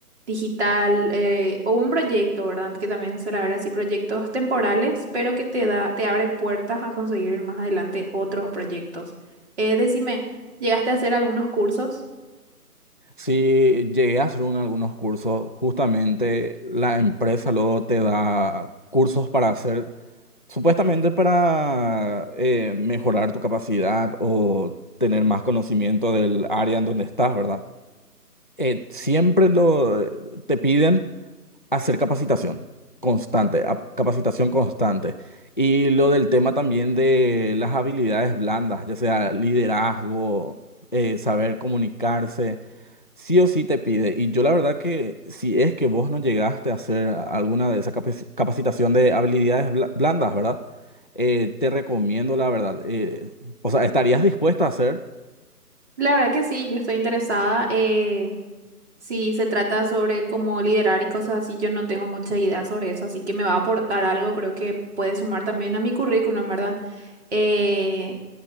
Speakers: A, on the right; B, on the left.
A: digital eh, o un proyecto, ¿verdad? Que también suele haber así proyectos temporales, pero que te da, te abre puertas a conseguir más adelante otros proyectos. Eh, decime, ¿llegaste a hacer algunos cursos?
B: Sí, llegué a hacer un- algunos cursos. Justamente la empresa luego te da cursos para hacer, supuestamente para eh, mejorar tu capacidad o tener más conocimiento del área en donde estás, ¿verdad? Eh, siempre lo, eh, te piden hacer capacitación constante, ap- capacitación constante. Y lo del tema también de las habilidades blandas, ya sea liderazgo, eh, saber comunicarse sí o sí te pide. Y yo la verdad que si es que vos no llegaste a hacer alguna de esa capaci- capacitación de habilidades bla- blandas, ¿verdad? Eh, te recomiendo la verdad. eh, o sea, ¿estarías dispuesta a hacer?
A: La verdad que sí, yo estoy interesada. eh, si se trata sobre cómo liderar y cosas así, yo no tengo mucha idea sobre eso, así que me va a aportar algo, creo que puede sumar también a mi currículum, ¿verdad? Eh,